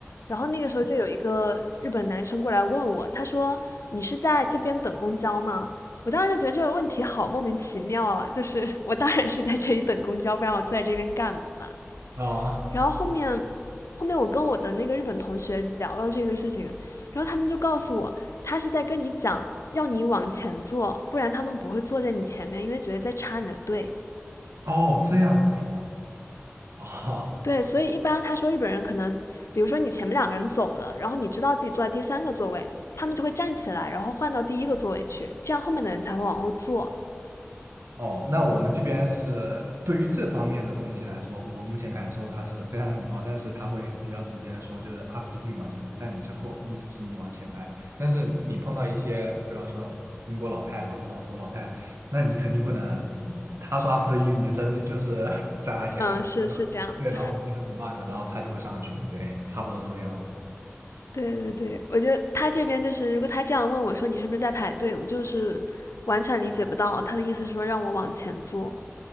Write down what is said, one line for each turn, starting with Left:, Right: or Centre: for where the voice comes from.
Left: 然后那个时候就有一个日本男生过来问我，他说：“你是在这边等公交吗？”我当时就觉得这个问题好莫名其妙啊，就是我当然是在这里等公交，不然我坐在这边干嘛？
Right: 哦
Left: 然后后面，后面我跟我的那个日本同学聊到这个事情，然后他们就告诉我，他是在跟你讲要你往前坐，不然他们不会坐在你前面，因为觉得在插你的队。
Right: 哦，这样子是吗？哦，
Left: 对，所以一般他说日本人可能，比如说你前面两个人走了，然后你知道自己坐在第三个座位，他们就会站起来，然后换到第一个座位去，这样后面的人才会往后坐。
Right: 哦，那我们这边是对于这方面的东西来说，我目前感受他是非常礼貌，但是他会比较直接的说，就是 after you 嘛，就是在你之后，意思是你往前排。但是你碰到一些，比方说英国老太老老头老太太那你肯定不能，他说 after you，你就真的就是 <laughs> 站他前面，
Left: 嗯，是是这样的。
Right: 对吧？对，然后你就礼貌一下，然后他就会上去，对，差不多是这样子，
Left: 对对对，我觉得他这边就是，如果他这样问我说你是不是在排队，我就是完全理解不到他的意思，说让我往前坐，